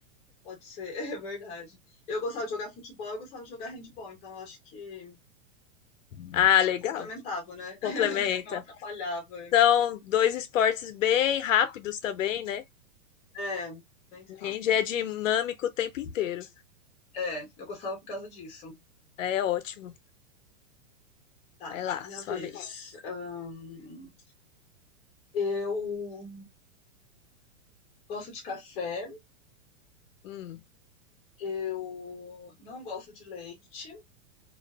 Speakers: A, on the left (about 15°); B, on the left (about 75°).
A: pode ser, <laughs> é verdade. Eu gostava de jogar futebol, eu gostava de jogar handball, então eu acho que
B: Ah,
A: acho
B: legal.
A: que complementava, né? <laughs>
B: Complementa.
A: Não, não atrapalhava.
B: São dois esportes bem rápidos também, né?
A: É, bem
B: O
A: rápidos.
B: hand é dinâmico o tempo inteiro.
A: É, eu gostava por causa disso.
B: É ótimo.
A: Tá,
B: Vai lá,
A: minha
B: sua
A: vez.
B: vez.
A: Ahn, eu gosto de café,
B: Hum.
A: eu não gosto de leite